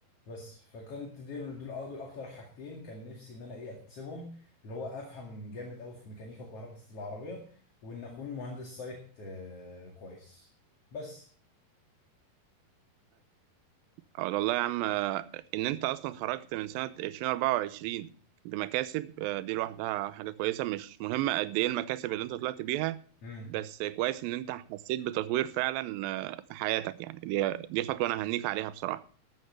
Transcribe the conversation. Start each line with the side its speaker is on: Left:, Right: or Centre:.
Left: بس فكنت دول دول آه، دول اكتر حاجتين كان نفسي ان انا ايه اكتسبهم اللي هو افهم جامد قوي في ميكانيكا وكهرباء العربيه وان اكون مهندس سايت آه، كويس بس
Right: اه والله يا عم آه، ان انت اصلا خرجت من سنة 2024 بمكاسب آه، دي لوحدها حاجة كويسة مش مهمة قد ايه المكاسب اللي انت طلعت بيها
Left: مم.
Right: بس كويس ان انت حسيت بتطوير فعلا آه، في حياتك يعني دي دي خطوة انا هنيك عليها بصراحة